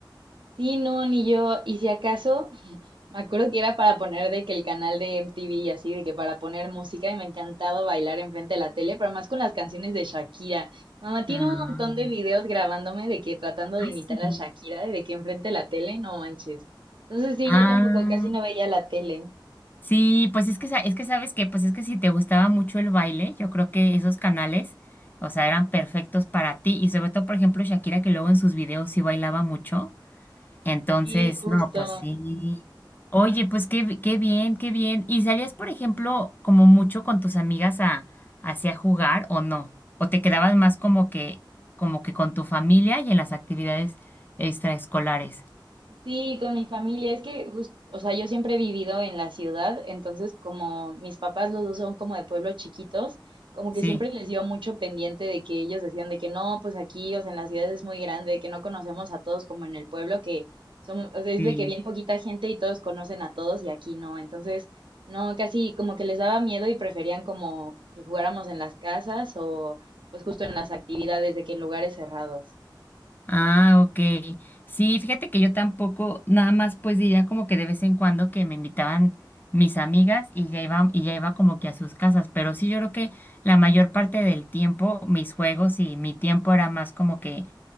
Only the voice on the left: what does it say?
Ah,
ah,
sí.
Ah,
sí, pues es que, sa- es que sabes que, pues es que si te gustaba mucho el baile, yo creo que esos canales, o sea, eran perfectos para ti. Y sobre todo, por ejemplo, Shakira, que luego en sus videos sí bailaba mucho. Entonces,
no, pues sí. Oye, pues qué, bi- qué bien, qué bien. ¿Y salías, por ejemplo, como mucho con tus amigas a hacia jugar o no? ¿O te quedabas más como que, como que con tu familia y en las actividades extraescolares?
Sí,
sí.
Ah, ok. Sí, fíjate que yo tampoco, nada más pues diría como que de vez en cuando que me invitaban mis amigas y ya iba, y ya iba como que a sus casas, pero sí yo creo que la mayor parte del tiempo mis juegos y mi tiempo era más como que